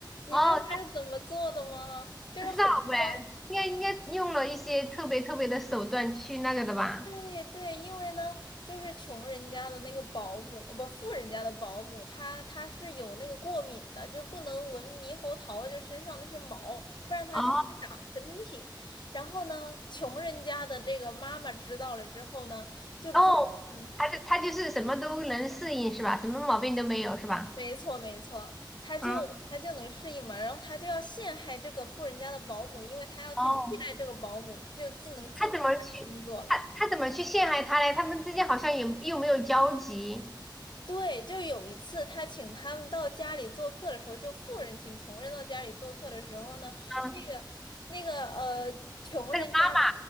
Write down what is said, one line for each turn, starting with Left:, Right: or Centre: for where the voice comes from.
Left: 你知道他是怎么做的吗？
Centre: 哦，
Left: 就是很坏。
Centre: 不知道喂，应该应该用了一些特别特别的手段去那个的吧？
Left: 对对，因为呢，就是穷人家的那个保姆，呃不，富人家的保姆，她她是有那个过敏的，就不能闻猕猴桃，就身上那些毛，不然她就会打喷嚏。
Centre: 哦
Left: 然后呢，穷人家的这个妈妈知道了之后呢，就装，
Centre: 哦，
Left: 嗯，
Centre: 他就他就是什么都能适应是吧？什么毛病都没有是吧？
Left: 没错没错，她就她就能适应嘛，
Centre: 嗯，
Left: 然后她就要陷害这个富人家的保姆，因为她要去替代这个保姆，
Centre: 哦，
Left: 就进能进她家工作了。
Centre: 他怎么去他他怎么去陷害他嘞？他们之间好像也又没有交集。
Left: 对，就有一次他请他们到家里做客的时候，就富人请穷人到家里做客的时候呢，
Centre: 嗯，
Left: 那个那个呃，穷人家的，
Centre: 那个妈妈